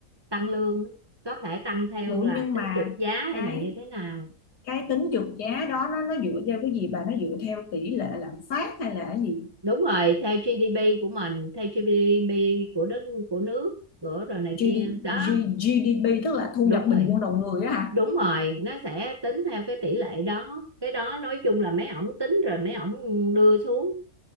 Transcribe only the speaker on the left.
đủ
nhưng
mà
cái
cái tính trượt giá đó nó nó dựa theo cái gì bà nó dựa theo tỷ lệ lạm phát hay là cái gì
GD,
G- GDP tức là thu
nhập
bình quân đầu người á hả